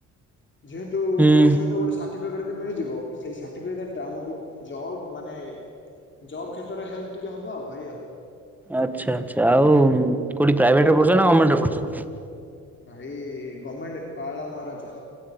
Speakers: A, on the left; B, in the centre.
A: ଯେହେତୁ
B: ହୁଁ
A: କୋର୍ସ ସହିତ ଗୋଟେ ସାଟ ସାର୍ଟିଫିକେଟ୍ ବି ମିଳିଯିବ ସେହି ସାର୍ଟିଫିକେଟଟା ଆମକୁ ଜବ୍ ମାନେ। ଜବ୍ କ୍ଷେତ୍ରରେ ହେଲ୍ପ ଟିକେ ହବ ଆଉ ଭାଇ ଆଉ।
B: ଆଚ୍ଛା ଆଚ୍ଛା ଆଉ କୋଉଠି ପ୍ରଭେଟରେ ପଢୁଛ
A: ଆପଣ
B: ନା ଗର୍ମେଣ୍ଟ
A: ଯେ
B: ରେ ପଢୁଛ।
A: ଭାଇ ଗମେଣ୍ଟ ପାରାଳା ମହାରାଜା।